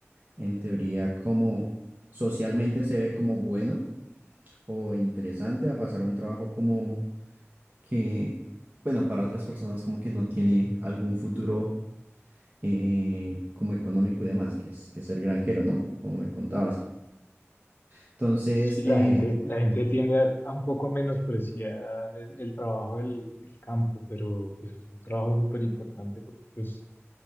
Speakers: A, on the right; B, on the left.
A: en teoría como socialmente se ve como bueno o interesante a pasar a un trabajo como que, bueno, para otras personas como que no tiene algún futuro eh, como económico y demás, que es, que es ser granjero, ¿no? Como me contabas. Entonces,
B: Sí, la
A: eh,
B: gente, la gente tiende a, a un poco menospreciar el, el trabajo del, del campo, pero pues es un trabajo súper importante porque pues